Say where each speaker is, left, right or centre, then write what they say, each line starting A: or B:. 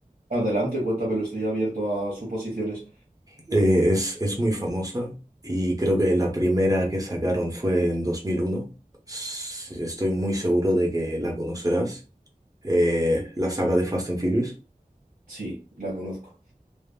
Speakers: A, on the right; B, on the right.
A: Adelante, cuéntame, lo estoy abierto a suposiciones.
B: Eh, es, es muy famosa y creo que la primera que sacaron fue en 2001. S- Estoy muy seguro de que la conocerás. Eh, la saga de Fast and Furious.
A: Sí, la conozco.